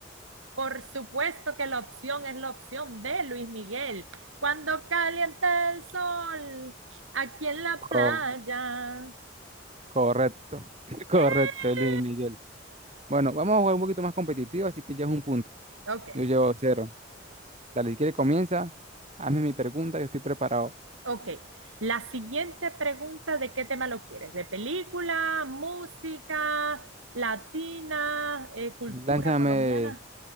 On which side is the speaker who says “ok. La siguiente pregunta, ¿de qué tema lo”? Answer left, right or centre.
Right